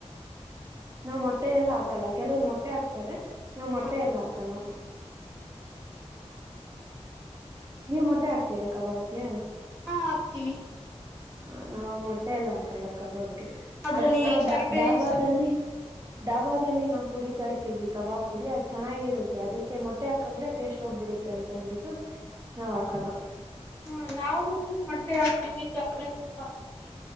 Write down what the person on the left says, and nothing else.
ಹಾ
ಹಾಕ್ತೀವಿ
ಅದ್ರಲ್ಲಿ
ಕರ್ಬೇವ್
ಸೊಪ್
ಹ್ಮ ನಾವು ಮೊಟ್ಟೆ ಹಾಕ್ತಿೀವಿ ಕಬೇಲ್ ಸೊಪ್ಪ ಹಾಕ್ತಿೀವಿ